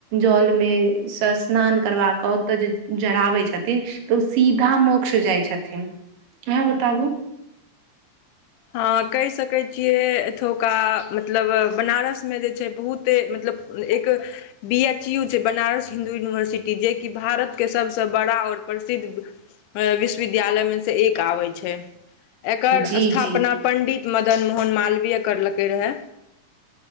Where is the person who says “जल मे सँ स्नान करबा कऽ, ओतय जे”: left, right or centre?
Right